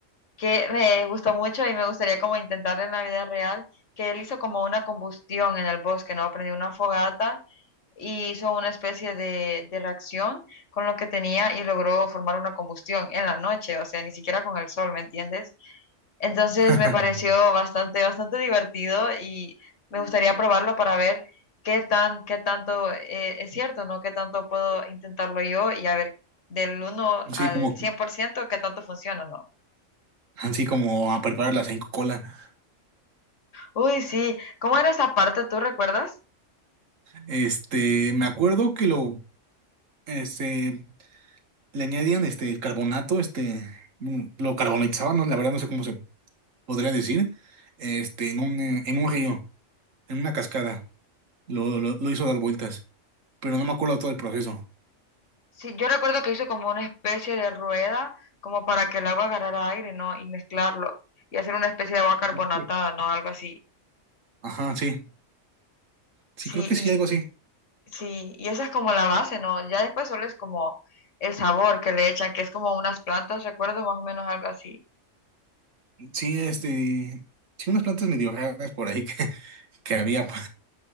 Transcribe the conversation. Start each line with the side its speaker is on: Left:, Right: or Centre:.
Left: que me gustó mucho y me gustaría como intentar en la vida real, que él hizo como una combustión en el bosque, ¿no? Prendió una fogata y hizo una especie de, de reacción con lo que tenía y logró formar una combustión en la noche, o sea, ni siquiera con el sol, ¿me entiendes? Entonces
Right: <laughs>
Left: me pareció bastante, bastante divertido y me gustaría probarlo para ver qué tan, qué tanto eh, es cierto, ¿no? Qué tanto puedo intentarlo yo y a ver del uno
Right: Sí,
Left: al
Right: como,
Left: 100% qué tanto funciona, ¿no?
Right: así como a preparar la cola
Left: Uy, sí. ¿Cómo era esa parte? ¿Tú recuerdas?
Right: Este, me acuerdo que lo, este, le añadían este carbonato, este, mm, lo carbonatizaban, no, la verdad no sé cómo se podría decir, este, en un, eh, en un río, en una cascada. Lo, lo, lo hizo dar vueltas, pero no me acuerdo todo el proceso.
Left: Sí, yo recuerdo que hizo como una especie de rueda, como para que el agua agarrara aire, ¿no? Y mezclarlo. Y hacer una especie de agua carbonatada,
Right: Sí.
Left: ¿no? Algo así.
Right: Ajá, sí. Sí,
Left: Sí,
Right: creo que
Left: y
Right: sí, algo así.
Left: sí, y esa es como la base, ¿no? Ya después solo es como el sabor que le echan, que es como unas plantas, recuerdo más o menos algo así.
Right: Sí, este, sí, unas plantas medio raras por ahí <laughs> que, que había <laughs> por